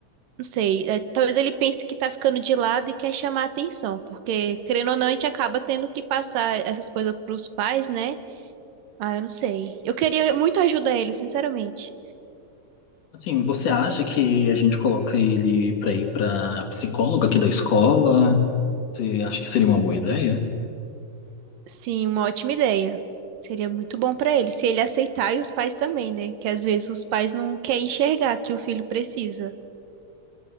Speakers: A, on the right; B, on the left.
A: não sei, é, talvez ele pense que tá ficando de lado e quer chamar atenção, porque querendo ou não, a gente acaba tendo que passar essas coisas pros pais, né? Ah, eu não sei. Eu queria muito ajudar ele, sinceramente.
B: Assim, você acha que a gente coloca ele para ir para psicóloga aqui da escola? Você acha que seria uma boa ideia?
A: Sim, uma ótima ideia. Seria muito bom para ele, se ele aceitar e os pais também, né? Que às vezes os pais não querem enxergar que o filho precisa.